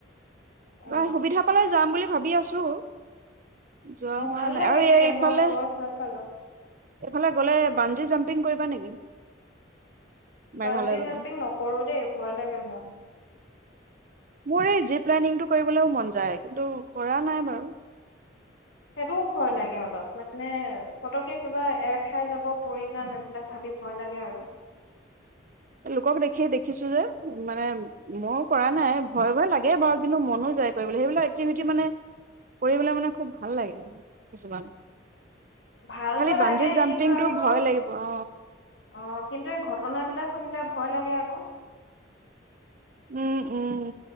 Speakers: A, on the right; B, on the left.
A: বা
B: অ,
A: সুবিধা পালে যাম বুলি ভাবি আছো যোৱা
B: অ,
A: হোৱা
B: ভাল
A: নাই
B: লাগে
A: আৰু
B: দেই
A: এই ইফালে
B: মই গৈ ভাল পালো
A: এইফালে গ'লে বান্জী জাম্পিং কৰিবা নেকি? মেঘালয়
B: বান্জি
A: গ'লে
B: জাম্পিং নকৰোঁ দেই ভয় লাগে মোৰ।
A: মোৰ এই জেত প্লেনিংটো কৰিবলে মন যায় কিন্তু কৰা নাই বাৰু
B: সেইটোও ভয় লাগে আক পতমানে পতকে কিবা এৰ খাই যাব পৰি যাম এইবিলাক ভাবি ভয় লাগে আৰু
A: <unintelligible> লোকক দেখি দেখিছো যে মানে মও কৰা নাই ভয় ভয় লাগে বাৰু কিন্তু মনো যায় কৰিবলৈ সেইবিলাক এক্টিভিটি মানে কৰিবলে মানে খুব ভাল লাগে কিছুমান
B: ভালতো
A: খালি বানজি
B: লাগে
A: জাম্পিংটো
B: কিন্তু আকৌ
A: ভয় লাগিব অ
B: অ' কিন্তু এই ঘটনাবিলাক। শুনিলে ভয় লাগে আকৌ
A: উম উম